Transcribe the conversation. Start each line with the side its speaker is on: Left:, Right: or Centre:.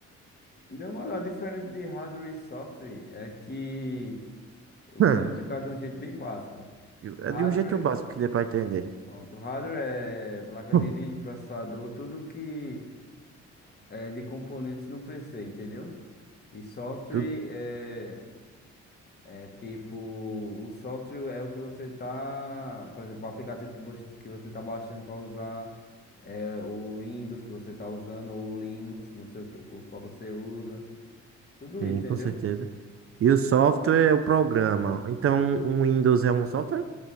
Left: Meu mano, a diferença de hardware e software é que eu
Right: Hum,
Left: vou lhe explicar de um jeito bem básico.
Right: eu- É
Left: Hardware,
Right: de um jeito básico que dê pra entender.
Left: pronto, hardware é placa
Right: Hum,
Left: de vídeo, processador, tudo que é de componentes num PC, entendeu? E software
Right: Tudo
Left: é É tipo, o software é o que você tá, por exemplo, o aplicativo que você que você tá baixando para usar, é o Windows que você tá usando ou o Linux, não sei o, que, o qual você usa. Tudo
Right: sim,
Left: isso, entendeu?
Right: com certeza. E o software é o programa. Então, o Windows é um software?